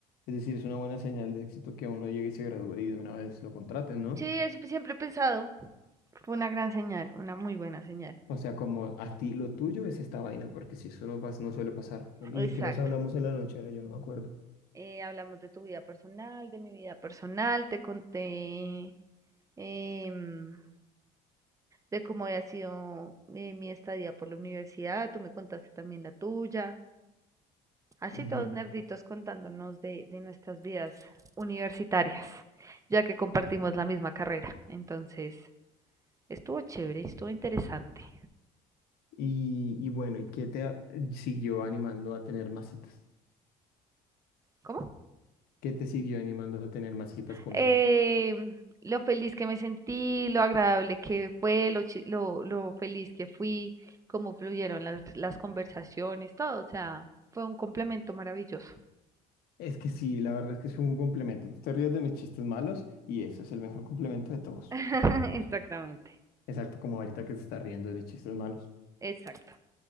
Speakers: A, on the left; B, on the right.
A: es decir, es una buena señal de éxito que uno llegue y se gradúe y de una vez lo contraten, ¿no?
B: Sí, eso siempre he pensado. Fue una gran señal, una muy buena señal.
A: O sea, como a ti lo tuyo es esta vaina, porque si eso no pasa, no suele pasar. ¿Y
B: Exacto.
A: de qué más hablamos en la lonchera? Yo no me acuerdo.
B: eh, hablamos de tu vida personal, de mi vida personal, te conté em, de cómo había sido eh, mi estadía por la universidad, tú me contaste también la tuya, así
A: Ujú.
B: todos nerditos contándonos de, de nuestras vidas universitarias, ya que compartimos la misma carrera, entonces estuvo chévere, estuvo interesante.
A: Y, y bueno, ¿y qué te a- siguió animando a tener más citas?
B: ¿Cómo?
A: ¿Qué te siguió animando a tener más citas conmigo?
B: eh, lo feliz que me sentí, lo agradable que fue, lo, chi- lo, lo feliz que fui, cómo fluyeron las, las conversaciones, todo, o sea, fue un complemento maravilloso.
A: Es que sí, la verdad es que es un complemento. Tú te ríes de mis chistes malos y eso es el mejor complemento de todos.
B: <laughs> Exactamente,
A: Exacto, como ahorita que se está riendo de mis chistes malos.
B: exacto,